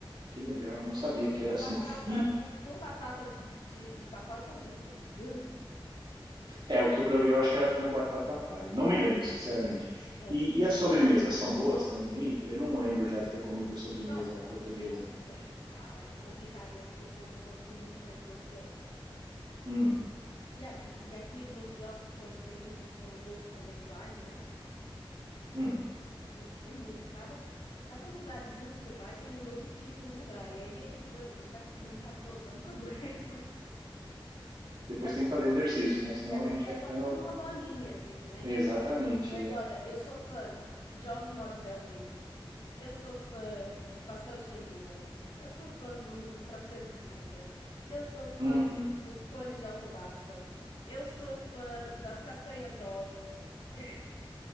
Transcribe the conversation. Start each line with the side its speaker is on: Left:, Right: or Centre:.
Right: Que legal. Não sabia que era
Left: O
Right: assim.
Left: bacalhau à Brás
Right: E
Left: com, com batata de, de, de pacote é horrível. Ugh.
Right: É, o que eu provei, eu acho que era com batata palha. Não me lembro, sinceramente.
Left: É.
Right: E, e as sobremesas são boas também aí? Eu não lembro já de ter comido sobremesa
Left: Nossa, assim,
Right: portuguesa.
Left: eu. <laughs> Ah, é complicado, né? Porque eu sou uma pessoa que sou muito fã de doce de ovos.
Right: Hum,
Left: E aqui, e aqui os doces de ovos, que são bem conhecidos como os doces conventuais, né?
Right: hum.
Left: Nossa, tem muitos. Cada, cada lugarzinho que você vai tem um doce típico do lugar. E aí eu fico doida, porque eu quero experimentar todos. É um problema. <laughs>
Right: Depois
Left: A gente
Right: tem que fazer exercício, né? Senão
Left: A gente
Right: a gente
Left: vai
Right: vai
Left: só
Right: ficando.
Left: ficando uma bolinha, assim, né?
Right: Exatamente,
Left: Mas
Right: é.
Left: olha, eu sou fã de ovos moles de aveiro. Eu sou fã de pastel de Tentugal. Eu sou fã do, do travesseiro de Sintra. Eu sou fã
Right: Hum,
Left: dos cones de Alcobaça. Eu sou fã das castanhas de ovos. <laughs>